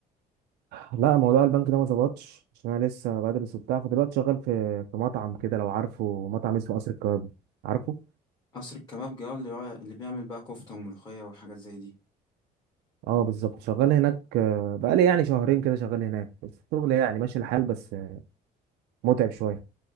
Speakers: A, on the right; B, on the left.
A: لا موضوع البنك ده ما ظبطش عشان انا لسه بدرس وبتاع فدلوقتي شغال في في مطعم كده لو عارفه مطعم اسمه قصر الكباب عارفه
B: قصر الكبابجي اه اللي بيع- اللي بيعمل بقى كفته وملوخيه وحاجات زي دي
A: اه بالظبط شغال هناك آه، بقالي يعني شهرين كده شغال هناك بس الشغل يعني ماشي الحال بس آه، متعب شويه